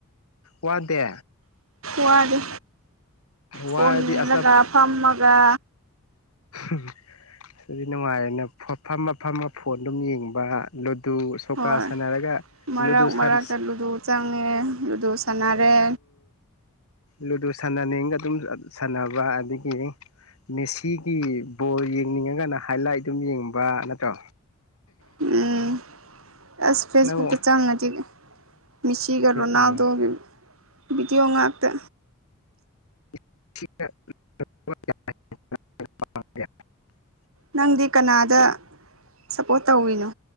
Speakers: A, on the left; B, on the right.
A: ꯋꯥꯗꯦ
B: ꯋꯥꯗ
A: ꯋꯥꯔꯗꯤ
B: ꯄꯨꯜꯂꯒ
A: ꯑꯆꯥ
B: ꯐꯝꯃꯒ
A: ꯎꯝ ꯁꯨꯗꯤ ꯅꯨꯡꯉꯥꯏꯌꯦꯅ ꯐꯝ ꯑꯄꯥꯝꯕ ꯐꯣꯟ ꯑꯗꯨꯝ ꯌꯦꯡꯕ ꯂꯨꯗꯨ ꯁꯣꯀꯥ
B: ꯍꯣꯏ
A: ꯁꯥꯟꯅꯔꯒ
B: ꯃꯔꯥꯛ
A: ꯂꯨꯗꯨ ꯁꯥꯟ
B: ꯃꯔꯥꯛꯛꯇ ꯂꯨꯗꯗꯨ ꯆꯪꯉꯦ ꯂꯨꯗꯗꯨ ꯁꯥꯥꯟꯅꯔꯦ
A: ꯂꯨꯗꯨ ꯁꯥꯟꯅꯅꯤꯒ ꯑꯗꯨꯝ ꯁꯥꯟꯅꯕ ꯑꯗꯒꯤ ꯃꯦꯁꯤꯒꯤ ꯕꯣꯜ ꯌꯦꯡꯅꯤꯡꯉꯒꯅ ꯍꯥꯏ ꯂꯥꯏꯠ ꯑꯗꯨꯝ ꯌꯦꯡꯕ ꯅꯠꯇ꯭ꯔꯣ
B: ꯎꯝ ꯑꯁ ꯐꯦꯁꯕꯨꯛꯛꯇ
A: ꯅꯪ
B: ꯆꯪꯅ ꯊꯤꯒꯦ ꯃꯦꯁꯤꯒ ꯔꯣꯅꯥꯜꯗꯣꯒ
A: ꯑꯣ
B: ꯕꯤꯗꯤꯑꯣ ꯉꯥꯛꯇ
A: <inaudible>
B: ꯅꯪꯗꯤ ꯀꯅꯥꯗ ꯁꯞꯄꯣꯔꯠ ꯇꯧꯏꯤꯅꯣ